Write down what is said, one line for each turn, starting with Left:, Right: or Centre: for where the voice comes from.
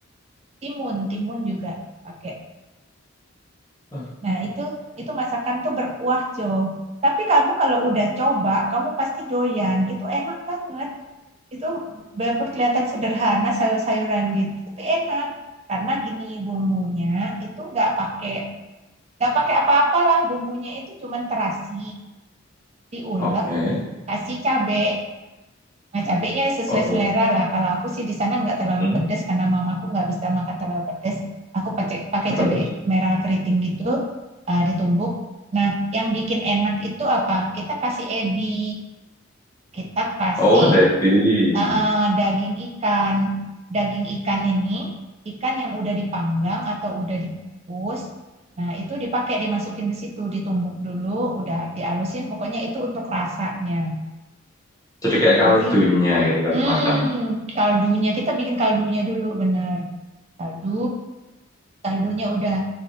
Right: timun, timun juga pakai
Left: Oke.
Right: Nah, itu itu masakan tuh berkuah, Jo. Tapi kamu kalau udah coba, kamu pasti doyan. Itu enak banget. Itu walaupun kelihatan sederhana sayur-sayuran gitu, tapi enak. Karena gini bumbunya itu nggak pakai nggak pakai apa-apalah bumbunya itu cuman terasi, diulek,
Left: Oke.
Right: kasih cabai Nah, cabenya sesuai
Left: Oke.
Right: selera lah. Kalau aku sih di sana nggak terlalu
Left: Hmm.
Right: pedes karena mamaku nggak bisa makan terlalu pedes. Aku pakai pakai
Left: Terus.
Right: cabe merah keriting gitu eh, ditumbuk. Nah, yang bikin enak itu apa? Kita kasih ebi, kita kasih
Left: Oh ada ebi.
Right: eh, eh, daging ikan. Daging ikan ini ikan yang udah dipanggang atau udah dikukus. Nah, itu dipakai dimasukin ke situ, ditumbuk dulu, udah dialusin. Pokoknya itu untuk rasanya.
Left: Jadi kayak kaldunya
Right: Nanti
Left: gitu kan
Right: Hmm,
Left: semacam.
Right: kaldunya kita bikin kaldunya dulu bener. Kaldu, kaldunya udah